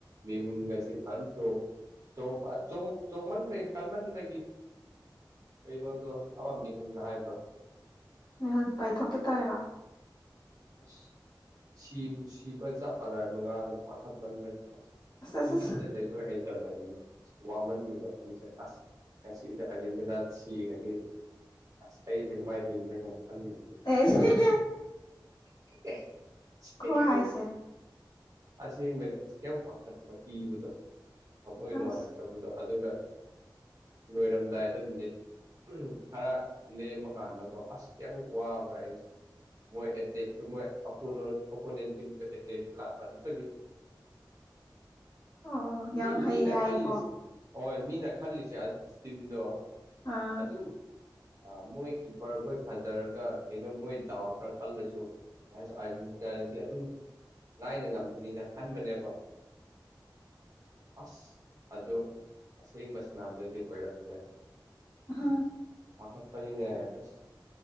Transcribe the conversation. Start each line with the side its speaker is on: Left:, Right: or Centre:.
Right: ꯃꯤꯍꯨꯟꯒꯁꯦ ꯐꯟꯆꫭꯡ ꯆꯣꯡꯟꯕꯒꯤ ꯀꯟꯃꯟꯕꯒꯤ ꯀꯩꯅꯣꯗꯣ ꯑꯃ ꯃꯤꯍꯨꯅ ꯍꯥꯏꯕ꯭ꯔꯣ
Left: ꯃꯤꯍꯨꯟ ꯄꯥꯏꯊꯣꯛꯀꯦ ꯇꯧꯔꯥ
Right: ꯑꯁ ꯁꯤ ꯁꯤꯕ ꯆꯞ ꯃꯥꯟꯅꯩ ꯃꯉꯥꯡꯗꯣ ꯄꯥꯈꯠꯃꯟꯕꯅꯤ ꯑꯁ
Left: ꯑꯁ
Right: ꯇꯨꯃꯤꯟꯅ
Left: ꯑꯁ
Right: ꯂꯩꯕ ꯍꯩ ꯇꯕꯅꯤꯅ ꯋꯥꯃꯟꯕꯗꯣ ꯑꯩꯖꯦ ꯑꯁ ꯉꯁꯤꯁꯦ ꯑꯔꯖꯦꯟꯇꯤꯅꯥ ꯁꯤꯒꯗꯤ ꯑꯁ ꯑꯩꯁꯦꯒ ꯃꯥꯏ ꯍꯤꯡꯗꯩꯅ ꯈꯜꯂꯤꯕꯅꯤ
Left: <unintelligible>
Right: <unintelligible>
Left: ꯈꯨꯍꯥꯏꯁꯦ
Right: ꯑꯁꯦꯡꯕꯅꯦ ꯌꯥꯝ ꯄꯥꯈꯠꯄ ꯀꯤꯕꯗꯣ ꯊꯃꯣꯏ ꯅꯨꯡꯉꯥꯏꯔ
Left: ꯑꯁ
Right: ꯇꯧꯕꯗꯣ ꯑꯗꯨꯒ ꯂꯣꯏꯔꯝꯗꯥꯏꯗ ꯃꯤꯅꯤꯠ ꯈꯔ ꯂꯦꯝꯕ ꯀꯥꯟꯗꯀꯣ ꯑꯁ ꯀꯌꯥꯃꯨꯛ ꯋꯥꯕ꯭ꯔꯥ ꯑꯩꯁꯦ ꯃꯣꯏ <unintelligible> ꯑꫭꯄꫭꯅꯦꯟ ꯇꯤꯝꯗꫭ ꯑꯦꯇꯦꯛ ꯂꯥꯛꯕꯅꯤ
Left: ꯑꯣ ꯌꯥꯝ
Right: ꯃꯤ
Left: ꯍꯩ
Right: ꯃꯤꯅ
Left: ꯍꯥꯏꯀꯣ
Right: ꯈꯜꯂꯤꯁꯦ ꯍꯣꯏ ꯃꯤꯅ ꯈꯜꯂꯤꯁꯦ ꯑꯗꯨ ꯇꯤꯝꯗꯣ
Left: ꯑꯥ
Right: ꯑꯗꯨꯝ ꯑ ꯃꯣꯏ ꯀꯤꯞꯄꯔꯈꯣꯏ ꯐꯖꯔꯒ ꯀꯩꯅꯣ ꯃꯣꯏ ꯗꯥꯎ ꯈꯔ ꯈꯜꯂꯁꯨ ꯃꯥꯁꯨ ꯑꯥꯔꯖꯦꯟꯇꯤꯅꯥꯅꯗꯤ ꯑꯗꯨꯝ ꯂꯥꯏꯅ ꯉꯝꯈꯤꯅꯤꯅ ꯈꯟꯕꯅꯦꯕ ꯑꯁ ꯑꯗꯣ ꯑꯁꯦꯡꯕ ꯁꯥꯟꯅꯕꯗꯗꯤ ꯑꯣꯏꯔꯝꯗ꯭ꯔꯦ
Left: ꯍꯥꯥ
Right: ꯄꯥꯈꯠꯄꯅꯤꯅꯦ ꯑꯁ